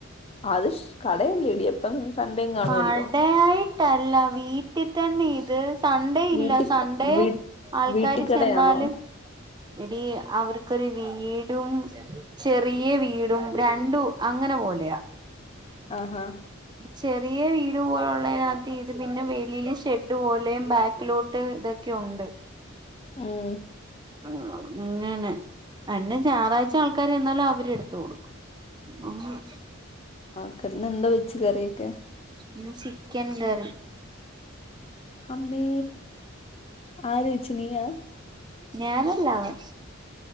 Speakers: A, on the left; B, on the right.
A: അത് ഷ് കടയല്ലേടി അപ്പം സൺഡേയും കാണുമല്ലോ
B: ആൾടെയായിട്ടല്ല വീട്ടി തന്നെ ഇത് സൺഡേ
A: വീട്ടി
B: ഇല്ല സൺഡേ
A: വീ
B: ആൾക്കാര്
A: വീട്ടിക്കടയാണോ
B: ചെന്നാലും എടീ അവർക്കൊരു വീടും ചെറിയ വീടും രണ്ടു അങ്ങനെ പോലെയാ.
A: ആഹ് ഹാ
B: ചെറിയ വീട് പോലുള്ളയിനാത്ത് ഇത് പിന്നെ വെളില് ഷെഡ് പോലെയും ബാക്കിലോട്ട്ത് ക്കെ ഒണ്ട്.
A: ഉം
B: ആഹ് അങ്ങനെ, അന്നെ ഞായറാഴ്ച ആൾക്കാര്ന്നാലും അവരെടുത്തുകൊടുക്കും അങ്ങനെ.
A: ഓക്കേ, ഇന്നെന്ത് വെച്ച്‌ കറിയൊക്കെ?
B: ഇന്ന് ചിക്കൻ കറി.
A: അമ്മേ ആര് വെച്ച് നീയാ?
B: ഞാനല്ലാ. വഷ്